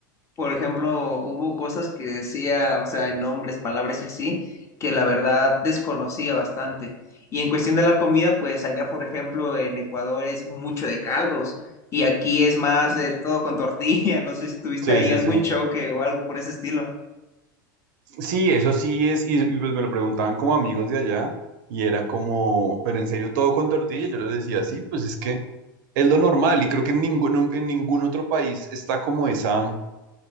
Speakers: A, on the left (about 25°); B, on the right (about 70°).
A: por ejemplo, hubo cosas que decía, o sea, en nombres, palabras y así, que la verdad desconocía bastante. Y en cuestión de la comida, pues allá, por ejemplo, en Ecuador es mucho de caldos y aquí es más de todo con tortilla. <laughs> No sé si tuviste
B: Sí,
A: ahí
B: sí,
A: algún
B: sí.
A: choque o algo por ese estilo.
B: Sí, eso sí es, y, y pues me lo preguntaban como amigos de allá y era como, pero en serio todo con tortilla, yo les decía, sí, pues es que es lo normal y creo que en ningún, en ningún otro país está como esa